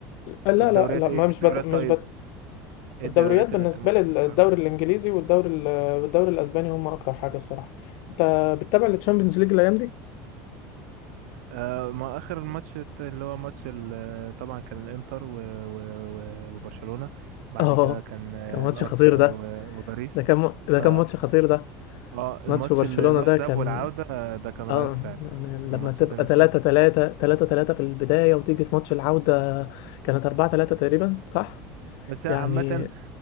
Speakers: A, on the left; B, on the right.
A: لا
B: والدوريات
A: لا لا
B: ايه
A: ما
B: إيه
A: مش
B: الدوريات
A: بت... مش
B: طيب
A: بت...
B: ايه
A: الدوريات
B: الدوريات
A: بالنسبة
B: اللي انت ممكن
A: لي
B: تتفرج
A: الدوري
B: عليها
A: الإنجليزي والدوري ال... والدوري الأسباني هم أكتر حاجة الصراحة أنت بتتابع التشامبيونز ليج الأيام دي؟
B: آه ما اخر ماتش الت- اللي هو ماتش ال- طبعا كان الانتر و و و وبرشلونة بعد
A: اه
B: كده كان آه،
A: كان ماتش
B: الارسنال
A: خطير ده
B: و- وباريس
A: ده كان م...
B: ف
A: ده كان ماتش خطير ده
B: اه الماتش
A: ماتش برشلونة
B: اللي اللي هو
A: ده
B: الذهاب
A: كان
B: والعودة آه، ده كان رهيب
A: اه
B: فعلا
A: يعني لما
B: الماتشات
A: تبقى
B: الاتنين
A: 3 3 3 3 في البداية وتيجي في ماتش العودة كانت 4 3 تقريبا صح
B: بس عامة
A: يعني